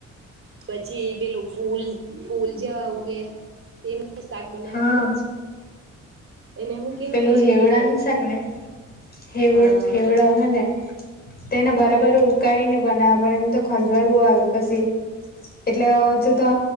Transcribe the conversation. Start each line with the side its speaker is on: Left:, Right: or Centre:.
Right: પછી પેલું ફૂલ ફૂલ જેવા ઉગે તેનું શાક બનાવે
Left: હા
Right: ખબર? એને હું કેવાય
Left: પેલું હેવડાં
Right: કઈ હારુ
Left: નું શક ને હવ
Right: અ
Left: હેવળો હને તેને બરાબર ઉકાળીને બનાવ પડેને તો ખંજવાડુ આવે પછી. એટલે હજુ તો